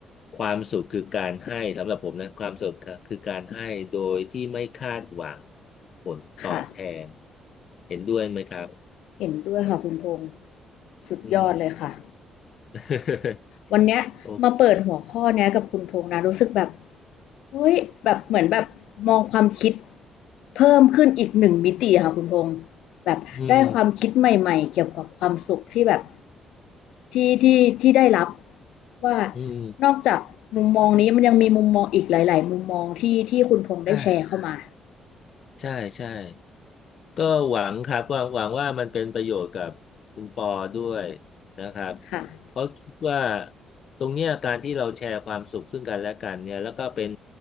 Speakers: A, on the left; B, on the left.
A: ความสุขคือการให้สำหรับผมนะความสุขคือการให้โดยที่ไม่คาดหวังผลตอบแทน
B: ค่ะ
A: เห็นด้วยไหมครับ
B: เห็นด้วยค่ะคุณพงษ์สุดยอดเลยค่ะ
A: อืม <laughs>
B: วันเนี้ยมาเปิดหัวข้อเนี้ยกับคุณพงษ์นะรู้สึกแบบ
A: โอ้
B: เฮ้ยแบบเหมือนแบบมองความคิดเพิ่มขึ้นอีกหนึ่งมิติค่ะคุณพงษ์แบบได้ความคิดใหม่ๆเกี่ยวกับความสุขที่แบบ
A: อืม
B: ที่ที่ที่ได้รับว่า
A: อืม
B: นอกจากมุมมองนี้มันยังมีมุมมองอีกหลายๆมุมมองที่ที่คุณพงษ์ได้แชร์เข้ามา
A: ใช่ใช่ใช่ ก็หวังครับหวังหวังว่ามันเป็นประโยชน์กับคุณปอด้วยนะครับ
B: ค่ะ
A: เพราะคิดว่าตรงเนี้ยการที่เราแชร์ความสุขซึ่งกันและกันเนี่ยแล้วก็เป็น